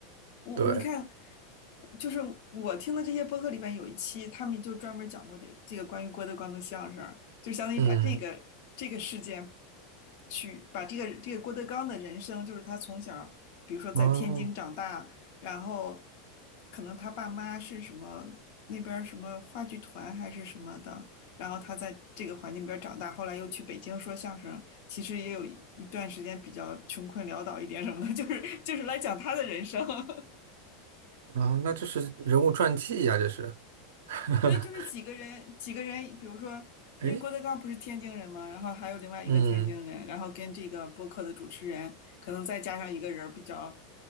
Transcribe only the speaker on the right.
对，
嗯，
哦
哦，那这是人物传记呀、这是。<laughs>
哎，
嗯，